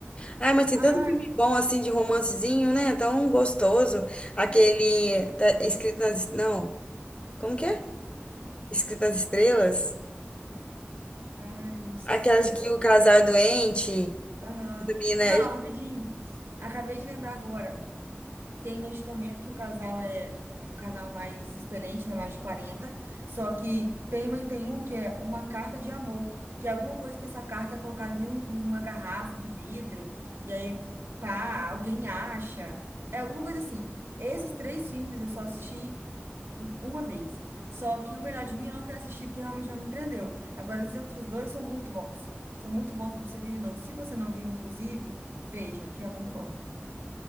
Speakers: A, on the left; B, on the right.
A: Ai, mas tem
B: Ah,
A: tanto filme bom assim de romancezinho, né? Tão gostoso. Aquele tá escrito nas. Não. Como que é? Escrito nas estrelas.
B: ai, esqueci
A: Aquelas que
B: agora.
A: o casal é doente.
B: Aham.
A: Também, né?
B: Não, rapidinho. Acabei de lembrar agora. Tem Noite de Tormento, que o casal é um casal mais experiente, né? Mais de 40, Só que tem, mas tem um que é uma carta de amor, que é alguma coisa que essa carta é colocada em, um- em uma garrafa de vidro, e aí, pá, alguém acha. É alguma coisa assim. Esses três filmes eu só assisti uma vez. Só que o Melhor de Mim eu não quero assistir porque realmente não me prendeu. Agora, os outros dois são muito bons. São muito bons para você ver de novo. Se você não viu, inclusive, veja, que é muito bom.